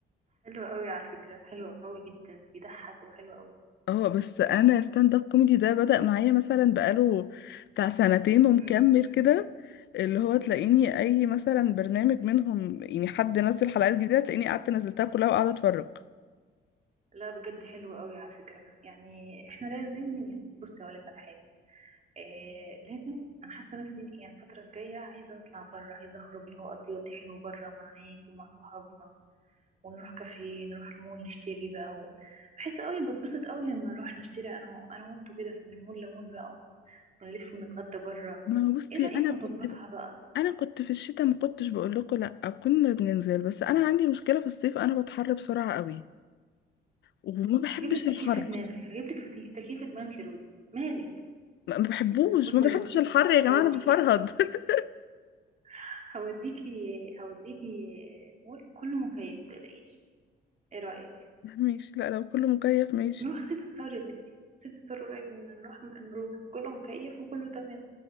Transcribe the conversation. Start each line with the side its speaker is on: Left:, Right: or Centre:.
Right: حلو قوي على فكرة حلو قوي جدا بيضحك وحلو قوي
Left: اه بس انا ستاند اب كوميدي ده بدأ معايا مثلا بقاله بتاع سنتين ومكمل
Right: امم
Left: كده اللي هو تلاقيني اي مثلا برنامج منهم يعني حد نزل حلقات جديده تلاقيني قعدت نزلتها كلها وقاعده اتفرج
Right: لا بجد حلو قوي على فكرة يعني احنا لازم يعني بصي هقولك على حاجة آه لازم انا حاسه نفسي يعني الفتره الجايه عايزه اطلع بره عايزه اخرج اللي هو اقضي وقت حلو بره معاكي ومع صحابنا ونروح كافيه نروح مول نشتري بقى و... بحس قوي بتبسط قوي لما اروح نشتري انا انا وانتوا كده في- من مول لمول بقى ون- ونلف ونتغدى بره
Left: ما هو بصي
Right: ايه رايك
Left: انا
Right: نظبطها
Left: كنت في
Right: بقى
Left: انا كنت في الشتاء ما كنتش بقول لكم لا كنا بننزل بس انا عندي مشكله في الصيف انا بتحر بسرعه قوي وما بحبش
Right: هجيب لك تكييف
Left: الحر
Right: في دماغك هجيب لك فتي- تكييف في دماغك يا رودي مالك
Left: ما ما بحبوش
Right: بصي
Left: ما بحبش
Right: بصي
Left: الحر يا
Right: هوديكي
Left: جماعة انا بفرهد <laughs>
Right: <laughs> هوديكي هوديكي مول كله مكيف متقلقيش ايه رايك
Left: ماشي لا لو كله مكيف ماشي
Right: نروح سيتي ستار يا ستي سيتي ستار قريب إن نروح نروح كله مكيف وكله تمام